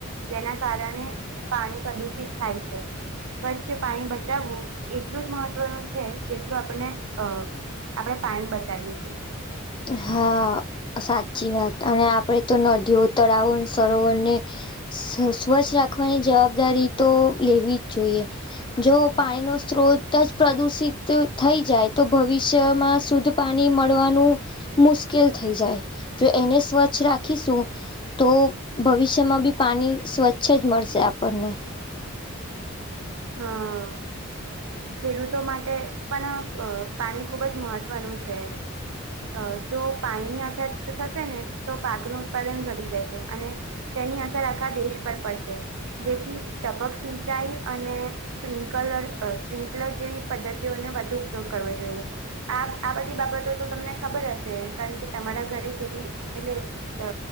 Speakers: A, on the right; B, on the left.
A: જેના કારણે પાણી પ્રદુષિત થાય છે. સ્વચ્છ પાણી બચાવવું એટલું જ મહત્વનું છે. જેટલું આપને અ આપણે પાણી બચાવીએ છીએ.
B: હા સાચી વાત અને આપડે તો નદી ઉતર આવું સરોવર ને સ્વચ્છ રાખવાની જવાબદારી તો લેવી જ જોઈએ જો પાણીનો સ્ત્રોત જ પ્રદુષિત થઈ જાય તો ભવિષ્યમાં શુદ્ધ પાણી મળવાનું મુશ્કેલ થઈ જાય જો એને સ્વચ્છ રાખી રાખીશું તો ભવિષ્યમાં બી પાણી સ્વચ્છ જ મળશે આપણને
A: હા. ખેડૂતો માટે પણ પાણી ખુબ જ મહત્વનું છે. અ જો પાણીની અછત થશે ને તો પાકનું ઉત્પાદન ઘટી જશે અને તેની અસર આખવા દેશ પર પડશે જેથી ટપક સિંચાઈ અને સ્પ્રિન્કલર સ્પ્રિન્કલર જેવી પદ્ધતિઓને વધુ ઉપયોગ કરવો જોઈએ. આ આ બધી બાબતો તો તમને ખબર હશે કારણ કે તમારા ઘરે ખેતી એટલે અ